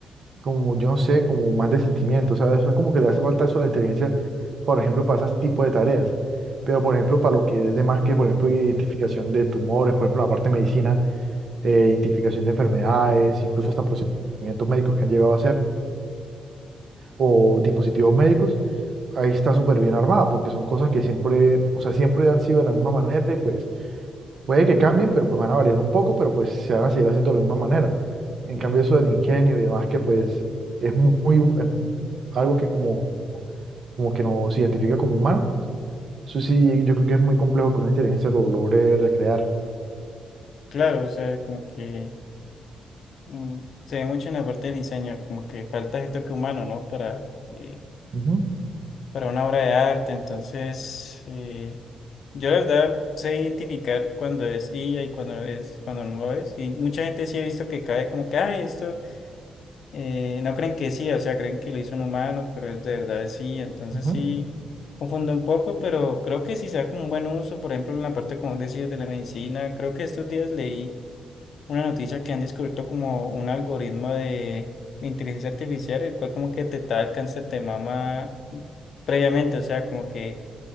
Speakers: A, on the right; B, on the left.
A: como yo no sé, como más de sentimiento, ¿sabes? O sea, como que le hace falta eso a la inteligencia, por ejemplo, para ese tipo de tareas. Pero, por ejemplo, para lo que es de más que, por ejemplo, identificación de tumores, por ejemplo, la parte de medicina eh, identificación de enfermedades, incluso hasta procedimientos médicos que han llegado a hacer o dispositivos médicos, ahí está súper bien armada porque son cosas que siempre, o sea, siempre han sido de la misma manera y pues puede que cambien, pero pues van a variar un poco, pero pues se van a seguir haciendo de la misma manera. En cambio, eso del ingenio y demás que pues es mu- muy, hum- es algo que como, como que nos identifica como humanos, eso sí, yo creo que es muy complejo que una inteligencia lo logre recrear.
B: Claro, o sea, como que mm, se ve mucho en la parte del diseño, como que falta este toque humano, ¿no? Para... eh,
A: Ujú,
B: para una obra de arte. Entonces, eh, yo la verdad sé identificar cuando es IA y cuando es, cuando no lo es. Y mucha gente sí he visto que cae como que, ay, esto, eh, no creen que sí, o sea, creen que lo hizo un humano, pero es de verdad es IA. Entonces
A: ujú.
B: sí confundo un poco, pero creo que sí sea como un buen uso, por ejemplo, en la parte como decías de la medicina, creo que estos días leí una noticia que han descubierto como un algoritmo de inteligencia artificial, el cual como que detectaba el cáncer de mama previamente, o sea, como que